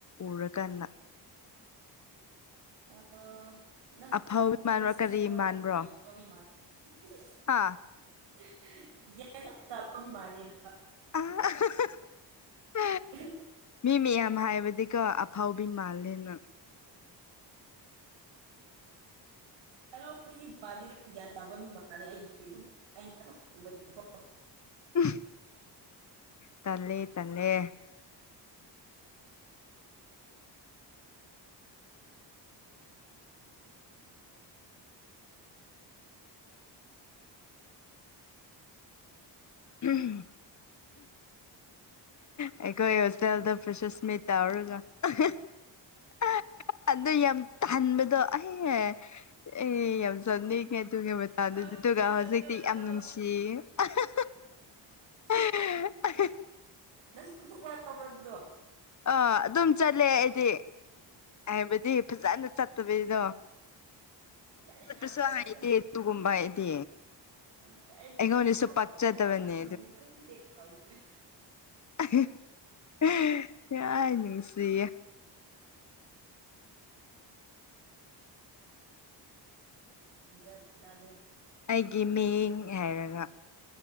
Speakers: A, on the left; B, on the right.
A: ꯎꯔꯀꯥꯟꯗ
B: ꯑꯥ ꯅꯪꯁꯦ
A: ꯑꯐꯥꯎ
B: ꯌꯥꯝ ꯅꯣꯂꯦꯖꯤꯕꯜ
A: ꯃꯥꯟꯕ꯭ꯔꯣ ꯀꯔꯤ ꯃꯥꯟꯕ꯭ꯔꯣ
B: ꯑꯣꯏꯕ ꯃꯤ ꯃꯥꯜꯂꯦ <unintelligible>
A: ꯍꯥ
B: ꯒ꯭ꯌꯥꯟ ꯌꯥꯝ ꯇꯥꯕ ꯃꯤ ꯃꯥꯜꯂꯦꯕ
A: <unintelligible>
B: <unintelligible>
A: ꯃꯤ ꯃꯌꯥꯝ ꯍꯥꯏꯕꯗꯤꯀꯣ ꯑꯐꯥꯎꯕꯤ ꯃꯥꯜꯂꯦ ꯅꯪ <inaudible>
B: ꯍꯔꯥꯎꯕ ꯃꯤꯗꯤ ꯃꯥꯟꯗꯦꯅꯪ ꯒ꯭ꯌꯥꯟ ꯇꯥꯕ ꯃꯤ ꯃꯥꯜꯂꯦ ꯑꯩꯒꯤꯗꯤ ꯑꯗꯨꯝ ꯑꯩꯅ ꯎꯕꯗꯗꯤꯀꯣ
A: ꯎꯝ ꯇꯜꯂꯦ ꯇꯜꯂꯦ <unintelligible> ꯑꯩꯈꯣꯏ ꯍꯣꯁꯇꯦꯜꯗ ꯐ꯭ꯔꯦꯁꯔꯁ ꯃꯤꯠ ꯇꯧꯔꯒ <unintelligible> ꯑꯗꯣ ꯌꯥꯝ ꯇꯥꯟꯕꯗꯣ ꯑꯩ ꯑꯩ ꯌꯥꯝ ꯆꯠꯅꯤꯡꯉꯦ ꯑꯗꯨꯒꯤ ꯃꯇꯥꯡꯗꯨ
B: ꯅꯣꯛꯅꯤꯡꯉꯤꯗ
A: ꯗꯨꯒ ꯍꯧꯖꯤꯛꯇꯤ
B: ꯑꯗꯨ ꯃꯇꯝꯗꯣ
A: ꯌꯥꯝ ꯅꯨꯡꯁꯤꯌꯦ ꯑꯍ ꯍ <unintelligible>
B: ꯅꯪꯁꯨ ꯇꯨꯊꯣꯛꯄ ꯌꯥꯎꯕ꯭ꯔꯥ ꯑꯗꯨꯗꯣ
A: ꯑꯥ ꯑꯗꯨꯝ ꯆꯠꯂꯦ ꯑꯩꯗꯤ ꯍꯥꯏꯕꯗꯤ ꯐꯖꯟꯅ ꯆꯠꯇꯕꯤꯗꯣ
B: ꯒ꯭ꯌꯥꯟ ꯃꯦꯟ
A: ꯆꯠꯄꯁꯨ
B: ꯑꯃ ꯇꯥꯗꯦꯗ
A: ꯍꯥꯏꯇꯦ ꯇꯨꯝꯕ ꯍꯩꯇꯦ
B: ꯑꯝꯇ ꯑꯩꯒꯤ
A: ꯑꯩꯉꯣꯟꯗꯁꯨ
B: ꯍꯤꯕꯁꯅꯣ
A: ꯄꯥꯛꯆꯗꯕꯅꯦ
B: ꯐꯪꯕꯒ ꯅꯨꯃꯤꯠꯗꯨꯝ ꯇꯦꯛꯈ꯭ꯔꯝꯅꯦ
A: <unintelligible> ꯌꯥ ꯅꯨꯡꯁꯤꯌꯦ
B: ꯖꯥꯠ ꯖꯥꯠꯅꯦ
A: ꯑꯩꯒꯤ ꯃꯤꯡ ꯍꯩꯔꯒ